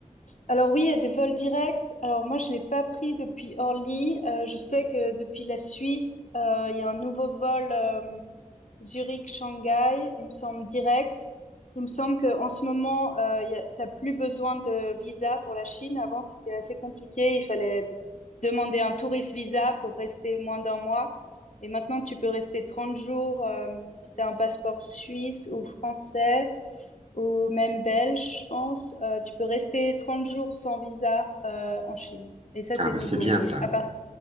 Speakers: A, on the left; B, on the right.
A: alors oui, il y a des vols directs. Alors moi, je l'ai pas pris depuis Orly. Euh, je sais que depuis la Suisse, euh, il y a un nouveau vol. euh, Zurich, Shanghai, il me semble direct. Il me semble qu'en ce moment, euh, y a- t'as plus besoin de visa pour la Chine. Avant, c'était assez compliqué. Il fallait demander un tourist visa pour rester moins d'un mois. Et maintenant, tu peux rester 30 jours euh, si tu as un passeport suisse ou français ou même belge, je pense. Euh, tu peux rester 30 jours sans visa euh, en Chine. Et ça,
B: ah,
A: c'est
B: ben,
A: nouveau,
B: c'est bien
A: oui.
B: ça.
A: À par-